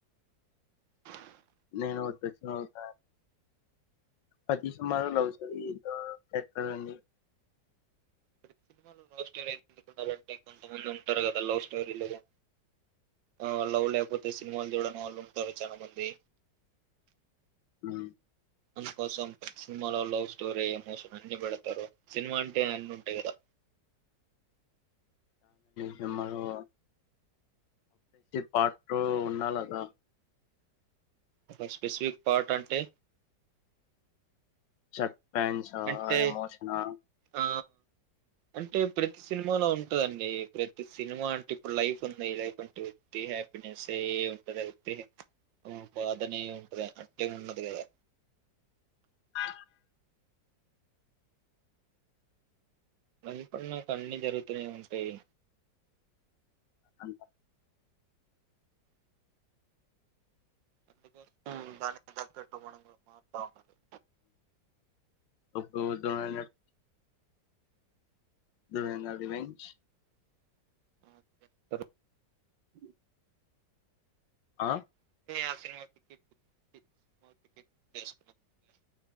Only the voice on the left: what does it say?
నేను <unintelligible> అతి సుమారు లవ్ స్టోరీ ఇతడి అండి
హ
సినిమా లో పార్ట్ టూ ఉండాలి గా
స సస్పెన్స్ హ
ఎమోషన్ హ
ఆ
అ
ఒక <inaudible> దువందది వెెంచ
ఆ